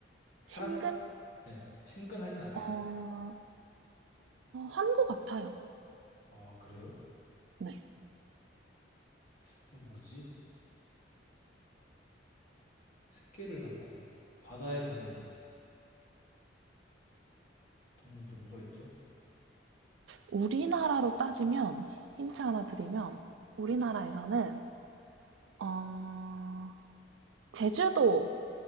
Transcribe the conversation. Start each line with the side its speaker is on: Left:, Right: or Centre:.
Left: 사람
Right: 친근?
Left: 네 친근하진 않아요?
Right: 어, 어, 한 것 같아요.
Left: 아, 그래요?
Right: 네.
Left: 어, 뭐지? 새끼를 낳고 바다에 사는 동물이 또 뭐가 있죠?
Right: 우리나라로 따지면, 힌트 하나 드리면, 우리나라에서는, 어, 제주도